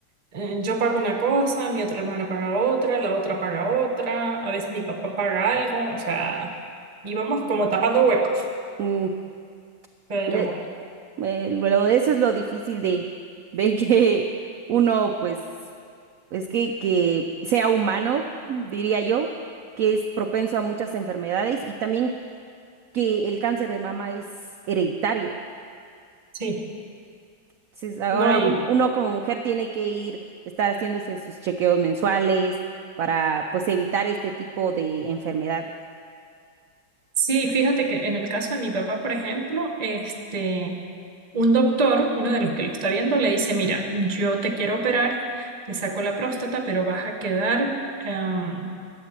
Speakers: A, on the right (about 30°); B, on the right (about 70°).
A: eh, yo pago una cosa, mi otra hermana paga otra, la otra paga otra, a veces mi papá paga algo, o sea, íbamos como tapando huecos,
B: Mm,
A: pero
B: le-
A: bueno,
B: eh, lo- eso es lo difícil de, de que uno, pues, es que, que sea humano, diría yo, que es propenso a muchas enfermedades y también que el cáncer de mama es hereditario.
A: sí.
B: Entonces, ahora
A: No, y
B: un- uno como mujer tiene que ir, estar haciéndose sus chequeos mensuales para, pues, evitar este tipo de enfermedades.
A: Sí, fíjate que en el caso de mi papá, por ejemplo, este, un doctor, uno de los que lo está viendo, le dice, mira, yo te quiero operar, te saco la próstata, pero vas a quedar em,